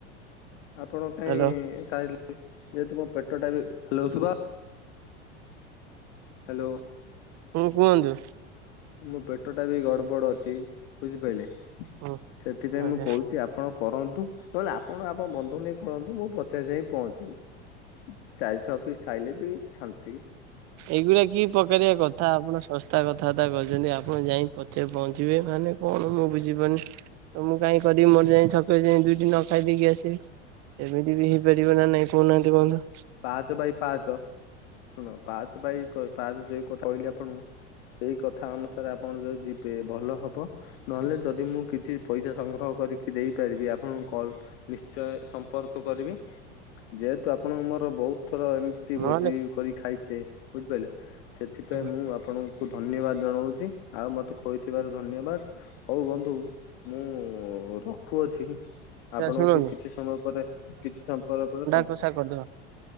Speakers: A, on the left; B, on the right.
A: ଆପଣ କାଇଁ
B: ହ୍ୟାଲୋ
A: ସାଇଲେ ଯେହେତୁ ମୋ ପେଟଟା ବି ହାଲୋ ଶୁ ହ୍ୟାଲୋ।
B: କଣ କୁହନ୍ତୁ।
A: ମୋ ପେଟଟା ବି ଗଡ୍ ବଡ୍ ଅଛି ବୁଝିପାଇଲେ।
B: ହୁଁ
A: ସେଥିପାଇଁ
B: ଆଜ୍ଞା।
A: ମୁଁ କହୁଚି ଆ ଆପଣ କରନ୍ତୁ ନହେଲେ ଆପଣ ଆପଣଙ୍କ ବନ୍ଧୁଙ୍କୁ ନେଇ କରନ୍ତୁ ମୁଁ ପଛେରେ ଯାଇକି ପହଞ୍ଚିବି। ଚାରି ଛଅ ପିସ୍ ଖାଇଲେ ବି ଶାନ୍ତି।
B: ଏଇଗୁରା କି ପ୍ରକାରିଆ କଥା ଆପଣ ଶ ତା କଥାବାର୍ତ୍ତା କରୁଚନ୍ତି ଆପଣ ଯାଇ ପଛରେ ପହଞ୍ଚିବେ ମାନେ କଣ ମୁଁ ବୁଝିପାରୁନି। ତ ମୁଁ କାଇଁ କରିବି ମୋର ଯାଇଁ ଛକରେ ଯାଇଁ ଦୁଇଟି ନ ଖାଇ ପିଇକି ଆସିବି, ଏମିତି ବି ହେଇପାରିବ ନା ନାଇଁ। କୋହୁନାହାନ୍ତି ବନ୍ଧୁ।
A: ପାହଚ ବାଇ ପାହଚ ଶୁଣ ପାହଚ ବାଇ କ ପାହଚ ଯେଉ କଥା କହିଲି ଆପଣଙ୍କୁ ସେଇ କଥା ଅନୁସାରେ ଆପଣ ଯଦି ଯିବେ ଭଲ ହବ। ନହେଲେ ଯଦି ମୁଁ କିଛି ପଇସା ସଂଗ୍ରହ କରିକି ଦେଇପାରିବି ଆପଣଙ୍କୁ କଲ୍ ନିଶ୍ଚୟ ସମ୍ପର୍କ କରିବି। ଯେହେତୁ ଆପଣଙ୍କୁ ମୋର ବୋହୁତ ଥର ଏମିତି
B: ନହେଲେ
A: ଭୋଜି କରି ଖାଇଚେ ବୁଝିପାଇଲେ। ସେଥିପାଇଁ
B: ଆଚ୍ଛା
A: ମୁଁ ଆପଣଙ୍କୁ ଧନ୍ୟବାଦ ଜଣଉଚି ଆଉ ମତେ ଖୋଇଥିବାରୁ ଧନ୍ୟବାଦ୍। ହୋଉ ବନ୍ଧୁ ମୁଁ ରଖୁ ଅଛି। ଆପଣଙ୍କୁ
B: ଶୁଣନ୍ତୁ
A: କିଛି ସମୟ ପରେ କିଛି ସମୟ ପରେ ପରେ
B: କସା କରିଦବା।